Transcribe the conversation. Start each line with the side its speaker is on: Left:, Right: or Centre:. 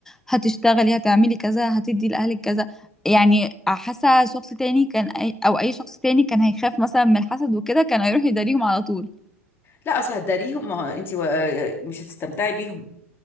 Centre: هتشتغلي هتعملي كذا هتدي لاهلك كذا يعني حاسه شخص تاني كان أي... او اي شخص تاني كان هيخاف مثلا من الحسد وكده كان هيروح يداريهم على طول
Left: لا اصل هتداريهم ما هو انت و- مش هتستمتعي بيهم